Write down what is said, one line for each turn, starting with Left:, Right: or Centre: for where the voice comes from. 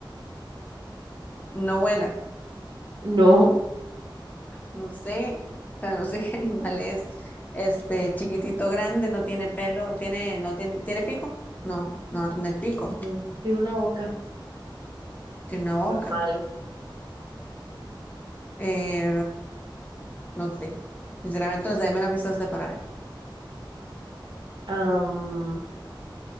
Left: no vuela,
Right: No,
Left: no sé, o sea, no sé <laughs> qué animal es. Este, chiquitito, grande, no tiene pelo, tiene, no tiene, ¿tiene pico? No, no va a tener pico,
Right: no, tiene una boca
Left: tiene una boca.
Right: normal.
Left: Eh, no sé, sinceramente, no sé, dame una pista usted para ver.
Right: Am,